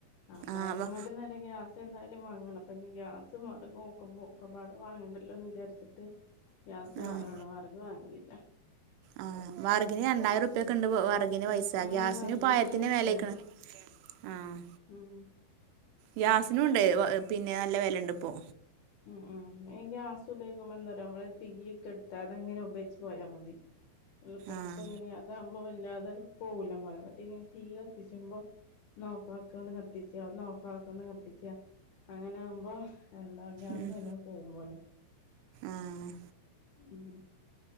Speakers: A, on the left; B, on the right.
A: അപ്പൊ
B: ആഹ്
A: അയലങ്ങാട്ടിലും നല്ല ഗ്യാസ് എന്തായാലും വാങ്ങണം അപ്പിഞ്ഞി ഗ്യാസും വറഗും ഒക്കെ ഒക്കപ്പാടെ വാങ്ങണ്ടല്ലോന്ന് വിചാരിച്ചി ട്ട് ഗ്യാസ്
B: ആഹ്
A: വാങ്ങലുള്ള് വെറക് വാങ്ങലില്ല
B: ആഹ് വെറഗിന് രണ്ടായിരം റുപ്യക്കെണ്ട്
A: ഉം
B: വെറഗിന് പൈസ
A: ഉം
B: ഗ്യാസിനും
A: വറകിനല്ലേ
B: ഇപ്പ ആയിരത്തിന്റെ
A: പൈസ
B: മേലേക്കണ് ആഹ്
A: ഉം
B: ഗ്യാസിനും ഉണ്ടെ പിന്നെ നല്ല വില ഉണ്ട് ഇപ്പൊ
A: ഉം ഉം ഈ ഗ്യാസ് ഉപയോഗിക്കുമ്പൊ എന്തെറിയോ നമ്മള് തീയ് കെടു ത്താതെ ഇങ്ങനെ ഉപയോഗിച്ച് പോയാ മതി എളുപ്പെളുപ്പം
B: ആഹ്
A: ഇങ്ങനെയാ താവുമ്പോ വല്ലാതെ പോകൂല്ലെ നമ്മള് മറ്റേ ഇങ്ങനെ തീ കത്തിച്ചുമ്പൊ ഒന്ന് ഓഫാക്കാ ഒന്ന് കത്തിച്ച ഒന്ന് ഓഫാക്കാ ഒന്ന് കത്തിച്ച അങ്ങനെ ആകുമ്പോ എന്താ ഗ്യാസ്
B: ഉം
A: എല്ലാം പോകും പോലും
B: ആഹ്
A: ഉം